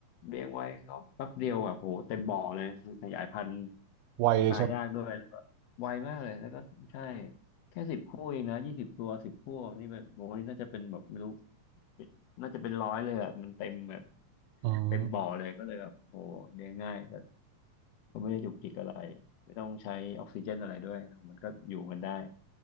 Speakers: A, on the left; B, on the right.
A: เลี้ยงไว้ก็แป๊บเดียวแบบโหเต็มบ่อเลยคือขยายพันธุ์
B: ไวเลยใช่ไหม
A: ตายยากด้วยแล้วก็ไวมากเลยแล้วก็ใช่แค่สิบคู่เองนะยี่สิบตัวสิบคู่นี่แบบโอนี่น่าจะเป็นแบบไม่รู้เป็นน่าจะเป็นร้อยเลยอ่ะมันเต็มแบบ
B: อืม
A: เต็มบ่อเลยก็เลยแบบโอ้โหเลี้ยงง่ายก็ก็ไม่ได้จุกจิกอะไรไม่ต้องใช้ออกซิเจนอะไรด้วยมันก็อยู่กันได้